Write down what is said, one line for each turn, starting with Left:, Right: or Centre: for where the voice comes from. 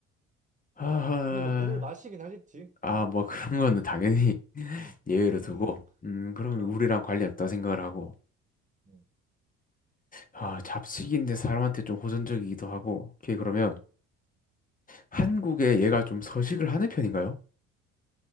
Left: 아,
Right: 근데 뭐 물을 마시긴 하겠지.
Left: 아,
Right: 음,
Left: 뭐 <laughs> 그런 거는 당연히 <laughs>
Right: 음,
Left: 예외로 두고,
Right: 음,
Left: 음, 그러면
Right: 어.
Left: 물이랑 관련 없다 생각을 하고,
Right: 음.
Left: 아, 잡식인데 사람한테 좀 호전적이기도 하고, 오케이, 그러면 한국에 얘가 좀 서식을 하는 편인가요?